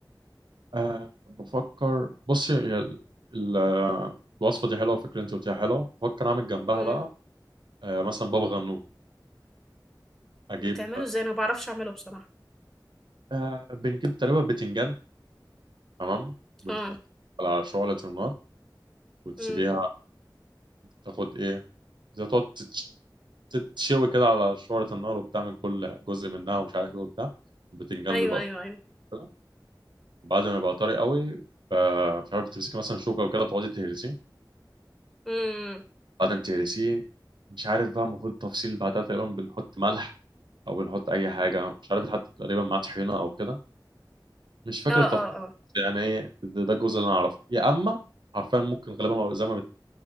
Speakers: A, on the right; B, in the centre.
A: أه بفكر بصي هي ال- ال- آه، الوصفة دي حلوة الفكرة اللي انت قلتيها حلوة بفكر اعمل جنبها
B: امم
A: بقى أه مثلا بابا غنوج اجيب
B: بتعمله ازاي انا ما بعرفش اعمله بصراحه
A: أه بنجيب تقريبا بتنجان تمام وبتحط
B: اه
A: على شعلة النار وتسيبيها
B: امم
A: تاخد ايه زي تقعد تتش- تتشوي كده على شعلة النار وبتاع من كل جزء منها ومش عارف ايه وبتاع البتنجان
B: ايوه
A: بيبقى
B: ايوه ايوه
A: طري كده وبعد ما يبقى طري قوي آه، مش عارف تمسكي مثلا شوكة وكده تقعدي تهرسيه
B: امم
A: بعدين بتهرسيه مش عارف بقى المفروض تفصيل بعدها تقريبا بنحط ملح او بنحط اي حاجه مش عارف بيتحط تقريبا مع طحينه او كده مش فاكر
B: اه
A: التفصيل
B: اه
A: يعني ايه ده ده الجزء اللي انا اعرفه يا اما حرفيا ممكن غالبا هو زي ما بت...